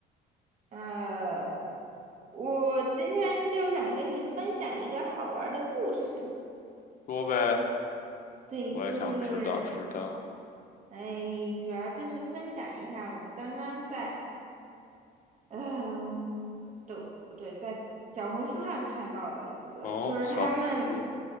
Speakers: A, on the right; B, on the left.
A: 呃，我今天就想跟你分享一个好玩儿的故事。
B: 说呗，
A: 对，
B: 我也想知道知道。
A: 就是，哎，主要就是分享一下我刚刚在嗯、对，不对，在小红书上看到的一个，
B: 哦，
A: 就是他们
B: 小红书，